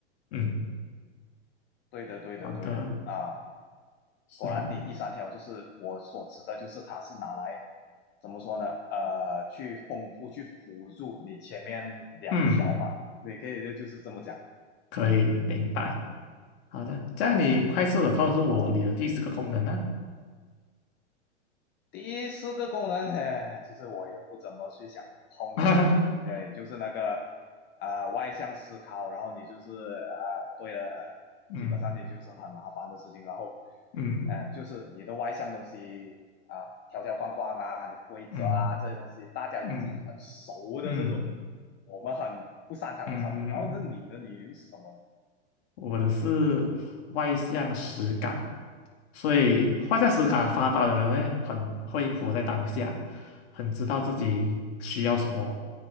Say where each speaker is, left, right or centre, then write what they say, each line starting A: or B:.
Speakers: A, on the left; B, on the left.
A: 嗯，
B: 对的，对的，
A: 好的，
B: 对的啊！
A: 是哦，
B: 果然，你第三条就是我所指的，就是它是拿来怎么说呢？呃，去丰富、去辅助你前面两条嘛，
A: 嗯，
B: 你可以就就是这么讲。
A: 可以明白。
B: 嗯。
A: 好的，这样你快速的告诉我你的第四个功能呢、
B: 第四个功能，哎，其实我也不怎么去想碰的事情，
A: <laughs>
B: 对，就是那个啊、呃外向思考，然后你就是啊、呃对了，
A: 嗯
B: 基本上你就是很麻烦的事情，然后
A: 嗯
B: 呃，就是你的外向东西啊、条条框框啊、你规则啊这些东西，
A: 嗯
B: 大家已经很熟的这种，
A: 嗯嗯
B: 我们很不擅长的操作，
A: 嗯嗯。
B: 然后那你的你又是什么呢？
A: 我的是外向实感，所以外向实感发达的人呢，很会活在当下，很知道自己需要什么，